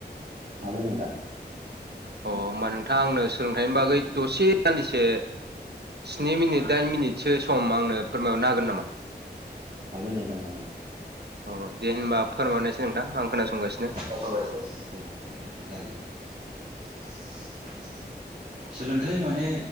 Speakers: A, on the right (about 45°); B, on the right (about 70°).
A: हागोन नोंथां।
B: अ होमबा नोंथाङा आंनो सोलोंथाइनि बागै दसे सान्दिसे स्नि मिनिट दाइन मिनिटसो सम आंनो फोरमायहरनो हागोन नामा?
A: हागोन नोंथां हागोन।
B: अ दे होनबा फोरमावरनायसै नोंथां आं खोनासंगासिनो
A: <unintelligible> सोलोंथाइ माने